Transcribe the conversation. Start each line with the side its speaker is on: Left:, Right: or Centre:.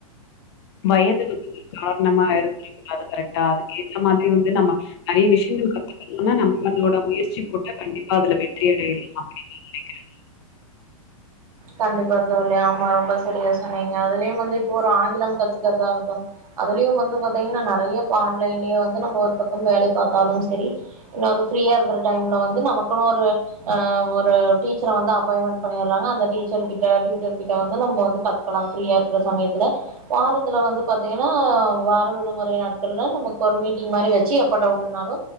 Left: வயது வந்து ஒரு காரணமா இருக்கல்ல அது கரெக்டா கேட்ட மாதிரி வந்து நம்ம நெறய விஷ்யங்கள் கத்துக்கணும்னா நம்மளோட முயற்சி போட்டா கண்டிப்பா அதுல வெற்றி அடையலாம் அப்படினு நெனைக்கிற நானு
Right: கண்டிப்பா தோழி ஆமா ரொம்ப சரியா சொன்னீங்க அதுலயும் வந்து இப்ப ஒரு ஆங்கிலம் கத்துக்கிறதாகட்டும் அதுலயும் வந்து பாத்தீங்கன்னா நெறயா இப்ப ஆன்லைன்லயே வந்து நம்ம ஒரு பக்கம் வேலை பார்த்தாலும் சரி இன்னொரு ஃப்ரீயா இருக்கிற டைம்ல வந்து நமக்குனு ஒரு ஆஹ் ஒரு டீச்சரை வந்து அப்பாயின்மெண்ட் பண்ணிடடறாங்க அந்த டீ <unintelligible> கிட்ட டியூட்டர் கிட்ட வந்து நம்ம வந்து கத்துக்கலா ஃப்ரீயா இருக்கிற சமயத்துல வாரத்துல வந்து பாத்தீங்கன்னா வார விடுமுறை நாட்கள்ல நமக்கு ஒரு மீட்டிங் மாரி வச்சு எப்ப டவுட்டுனாலு